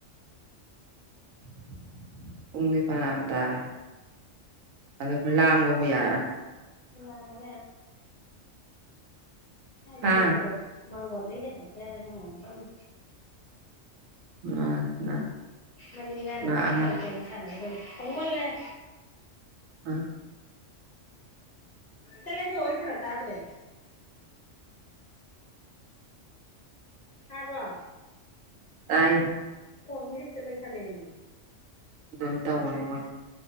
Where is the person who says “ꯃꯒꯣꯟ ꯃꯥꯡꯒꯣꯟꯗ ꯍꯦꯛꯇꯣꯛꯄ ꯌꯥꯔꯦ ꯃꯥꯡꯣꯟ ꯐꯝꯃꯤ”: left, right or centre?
Left